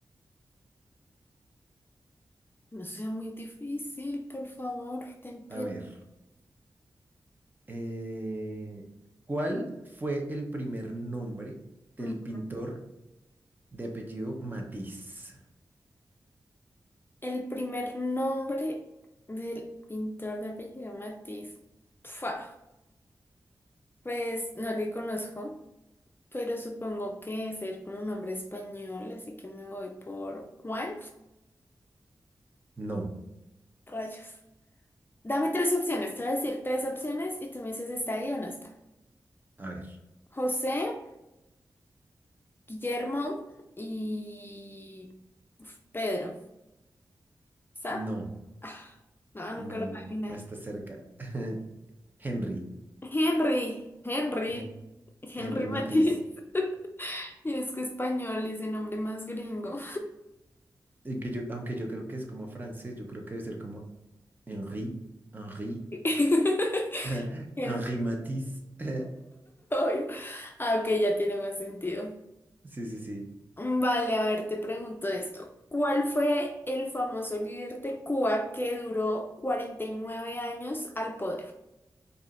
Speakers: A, on the left (about 25°); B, on the right (about 25°).
A: No sea muy difícil, por favor, ten piedad.
B: a ver, eh, ¿cuál fue el primer nombre del
A: Mm.
B: pintor de apellido Matisse?
A: El primer nombre del pintor de apellido Matiz. Pfua, Pues no le conozco. Pero supongo que ser como un nombre español, así que me voy por Juan.
B: No,
A: Rayos. Dame tres opciones. Te voy a decir tres opciones y tú me dices está ahí o no está.
B: a ver,
A: José, Guillermo y uf, Pedro. ¿Está?
B: no,
A: Ah, no, nunca
B: no,
A: lo voy a adivinar.
B: no está cerca. <laughs> Henry,
A: Henry, Henry,
B: Hen-
A: Henry
B: Henry Matisse,
A: Matiz. <laughs> Y es que español es el nombre más gringo.
B: Y que yo- aunque yo creo que es como francés, yo creo que debe ser como Henri, Henri,
A: <laughs>
B: <laughs>
A: Hen-
B: Henri Matisse. <laughs>
A: <laughs> Ah, ok, ya tiene más sentido.
B: Sí, sí, sí.
A: Vale, a ver, te pregunto esto. ¿Cuál fue el famoso líder de Cuba que duró 49 años al poder?